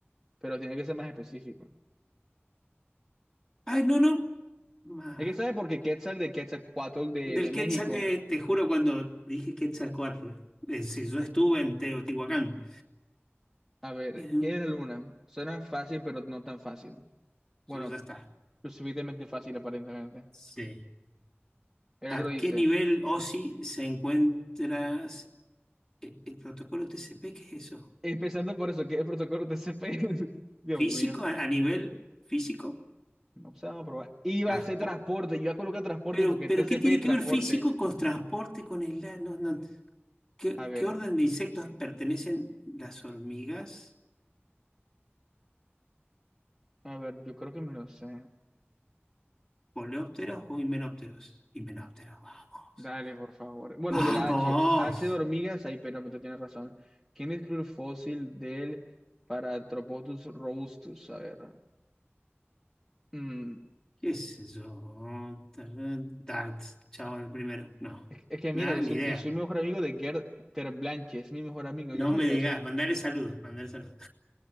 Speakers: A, in the centre; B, on the left.
A: Pero tiene que ser más específico.
B: Ay, no, no. Ma-
A: Es que sabe porque Quetzal de Quetzalcóatl de,
B: Del
A: de
B: Quetzal,
A: México.
B: eh, te juro cuando dije Quetzalcóatl, eh, si yo estuve en Teotihuacán.
A: A ver,
B: Eh,
A: ¿quién es la luna? Suena fácil, pero no tan fácil. Bueno,
B: Yo ya está.
A: lo suficientemente fácil, aparentemente.
B: Sí.
A: El
B: ¿A
A: otro dice,
B: qué nivel OSI se encuentra el, el protocolo TCP? ¿Qué es eso?
A: empezando por eso, ¿qué es el protocolo TCP? <laughs> Dios
B: ¿Físico?
A: mío.
B: ¿A, a nivel físico?
A: No sé, vamos a probar. Iba
B: Transpo-
A: a hacer transporte, iba a colocar transporte
B: Pero,
A: porque
B: pero
A: TCP
B: ¿qué tiene
A: transporte.
B: que ver físico con transporte, con el... la- no, no. ¿Qué,
A: A ver,
B: qué orden de insectos pertenecen las hormigas?
A: a ver, yo creo que me lo sé.
B: ¿Coleópteros o himenópteros? Himenópteros, vamos.
A: Dale, por favor. Bueno,
B: ¡Vamos!
A: de la H. H de hormigas, ahí, pero tú tienes razón. ¿Quién describió el fósil del Paratropotus robustus? A ver. mm,
B: ¿Qué es eso? Dart, chavo, el primero. No,
A: es, es que
B: nada,
A: mira, yo
B: ni
A: soy,
B: idea.
A: yo soy mejor amigo de Gerd Terblanche, es mi mejor amigo,
B: No
A: yo sabía
B: me digas,
A: eso.
B: mandale saludos, mandale saludos.